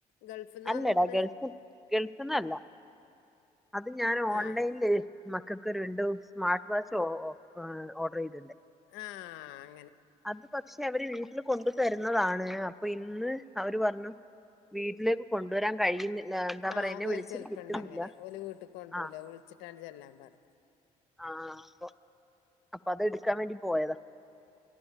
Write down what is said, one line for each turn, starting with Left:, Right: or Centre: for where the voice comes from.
Left: ഗൾഫ്ന്നാ
Centre: അല്ലടാ
Left: വന്ന്ക്ക്ണ്
Centre: ഗേൾസ് ഗേൾസന്ന അല്ല അത് ഞാൻ ഓൺലൈനിൽ
Left: ആഹ്
Centre: ഇൊ രണ്ട് സ്മാർട്ട് വാച്ച് ഓർഡർ ചെയ്തു
Left: ആഹ
Centre: അത് പക്ഷെ അവര് വീട്ടിൽ കൊണ്ടു തരുന്നതാണ് <unintelligible> അപ്പൊ ഇന്ന് അവര് പറഞ്ഞു വീട്ടിലേക്ക് കൊണ്ടുവരാൻ കഴിയുന്നില്ല എന്താ
Left: ആഹ
Centre: പറയാ എന്നെ വിളിച്ചിട്ട്
Left: അത് ചെലപ്പണ്ട്
Centre: കിട്ടുന്നില്ല
Left: അങ്ങനെ ഓല് വീട്ടിൽ കൊണ്ടൂല
Centre: ആഹ്
Left: ഒഴിച്ചിട്ടാണ് ചെല്ലാൻ പറയ്
Centre: ആഹ് അപ്പൊ അപ്പൊ അത് എടുക്കാൻ വേണ്ടി പോയതാ